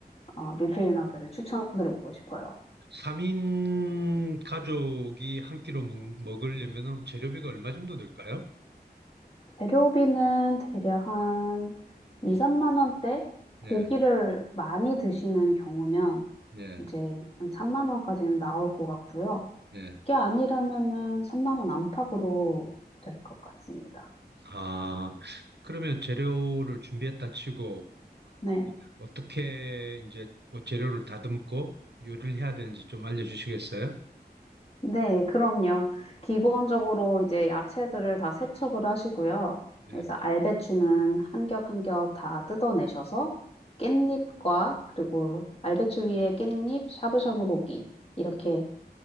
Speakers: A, on the left (about 35°); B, on the right (about 85°).
A: 어, 밀푀유나베를 추천드리고 싶어요.
B: 3인 가족이 한 끼로 먹, 먹으려면 재료비가 얼마 정도 들까요?
A: 재료비는 대략 한 2, 3만 원대?
B: 네,
A: 고기를 많이 드시는 경우면
B: 네,
A: 이제 한 3만 원까지는 나올 것 같고요.
B: 네.
A: 그게 아니라면은 3만 원 안팎으로 될 것 같습니다.
B: 아, 그러면 재료를 준비했다 치고,
A: 네.
B: 어떻게 이제 뭐 재료를 다듬고 요리를 해야 되는지 좀 알려주시겠어요?
A: 네, 그럼요. 기본적으로 이제 야채들을 다 세척을 하시고요.
B: 네,
A: 그래서 알배추는 한 겹 한 겹 다 뜯어내셔서 깻잎과 그리고 알배추 위에 깻잎, 샤브샤브 고기 이렇게